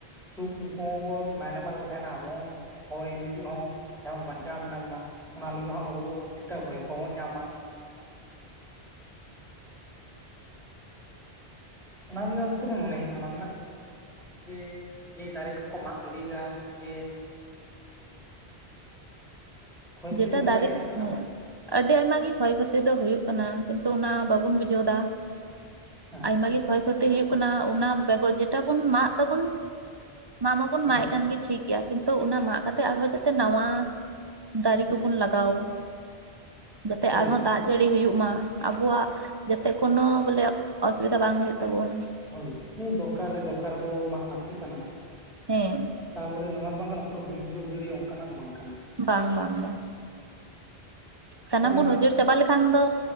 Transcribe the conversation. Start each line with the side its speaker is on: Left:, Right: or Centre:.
Centre: ᱥᱩᱠ ᱩᱱᱠᱩ ᱦᱚᱸ ᱠᱚ ᱱᱟᱭ ᱱᱟᱯᱟᱭ ᱛᱟᱦᱮᱱᱟ ᱟᱵᱚ ᱦᱚ ᱦᱚᱭ ᱞᱟᱹᱜᱤᱫ ᱦᱚᱸ ᱡᱮᱢᱚᱱ ᱵᱟᱧᱪᱟᱣ ᱢᱮᱱᱟᱜ ᱵᱚᱱᱟ ᱚᱱᱟ ᱞᱟᱹᱜᱤᱫ ᱦᱚᱸ ᱟᱵᱚ ᱴᱤᱠ-ᱴᱟᱠ ᱦᱚᱭ ᱠᱚᱵᱚᱱ ᱧᱟᱢᱟ᱾ ᱚᱱᱟ ᱱᱤᱭᱮ ᱫᱚ ᱪᱮᱫᱚᱱ ᱢᱚᱱᱮ ᱦᱩᱭᱩᱜ ᱛᱟᱰᱮᱱᱟ ᱟᱵᱤᱱᱟᱜ ᱡᱮ ᱡᱮ ᱫᱟᱨᱮ ᱠᱚᱠᱚ ᱢᱟᱜ ᱜᱤᱰᱤᱭ ᱫᱟ ᱡᱮ ᱠᱷᱚᱭ
Right: ᱡᱮᱴᱟ
Centre: ᱠᱷᱚᱛᱤ ᱛᱤᱱᱟᱹᱜ
Right: ᱫᱟᱨᱮ
Centre: ᱴᱟᱜ ᱦᱩᱭᱩᱜ
Right: ᱠᱚ
Centre: ᱠᱟᱱᱟ?
Right: ᱦᱮᱸ ᱟᱹᱰᱤ ᱟᱭᱢᱟ ᱜᱮ ᱠᱷᱚᱭ ᱠᱷᱚᱛᱤ ᱫᱚ ᱦᱩᱭᱩᱜ ᱠᱟᱱᱟ ᱠᱤᱱᱛᱩ ᱚᱱᱟ ᱵᱟᱵᱚᱱ ᱵᱩᱡᱷᱟᱹᱣᱫᱟ᱾
Centre: ᱦᱮᱸ
Right: ᱟᱭᱢᱟ ᱜᱮ ᱠᱷᱚᱭ ᱠᱷᱚᱛᱤ ᱦᱩᱭᱩᱜ ᱠᱟᱱᱟ ᱚᱱᱟ ᱵᱮᱜᱚᱨ ᱡᱮᱴᱟ ᱵᱚᱱ ᱢᱟᱜ ᱫᱟᱵᱚᱱ ᱢᱟ ᱢᱟᱵᱚᱱ
Centre: ᱦᱮᱸ
Right: ᱢᱟᱜᱮᱜ ᱠᱟᱱᱜᱮ ᱴᱷᱤᱠᱜᱮᱭᱟ ᱠᱤᱱᱛᱩ ᱚᱱᱟ ᱢᱟᱜ ᱠᱟᱛᱮᱜ ᱟᱨᱦᱚᱸ ᱡᱟᱛᱮ ᱱᱟᱣᱭᱟ ᱫᱟᱨᱮ ᱠᱚᱵᱚᱱ ᱞᱟᱜᱟᱣ ᱡᱟᱛᱮ
Centre: ᱦᱳᱭ
Right: ᱟᱨᱦᱚᱸ ᱫᱟᱜ ᱡᱟᱹᱲᱤ ᱦᱩᱭᱩᱜ ᱢᱟ ᱟᱵᱚᱣᱟᱜ ᱡᱟᱛᱮ ᱠᱳᱱᱚ ᱵᱚᱞᱮ ᱚᱥᱩᱵᱤᱫᱷᱟ ᱵᱟᱝ ᱦᱩᱭᱩᱜ ᱛᱟᱵᱚᱱ᱾
Centre: ᱦᱳᱭ ᱫᱚᱨᱠᱟᱨ ᱨᱮ ᱫᱚᱨᱠᱟᱨ ᱨᱮᱫᱚ ᱢᱟᱜ ᱞᱟᱹᱠᱛᱤ ᱠᱟᱱᱟ᱾
Right: ᱦᱮᱸ,
Centre: ᱛᱟ ᱵᱚᱞᱮ ᱱᱚᱣᱟ ᱫᱚ ᱵᱟᱝ ᱠᱟᱱᱟ ᱯᱩᱨᱟᱹ ᱵᱤᱨ ᱜᱮ ᱩᱡᱟᱹᱲ ᱦᱩᱭᱩᱜ-ᱟ ᱚᱱᱠᱟᱱᱟᱜ ᱫᱚ ᱵᱟᱝ ᱠᱟᱱᱟ᱾
Right: ᱵᱟᱝ ᱵᱟᱝ ᱵᱟᱝ᱾ ᱥᱟᱱᱟᱢ
Centre: ᱱᱮᱛᱟᱨ
Right: ᱵᱚᱱ
Centre: ᱢᱟ
Right: ᱩᱡᱟᱹᱲ ᱪᱟᱵᱟ ᱞᱮᱠᱷᱟᱱ ᱫᱚ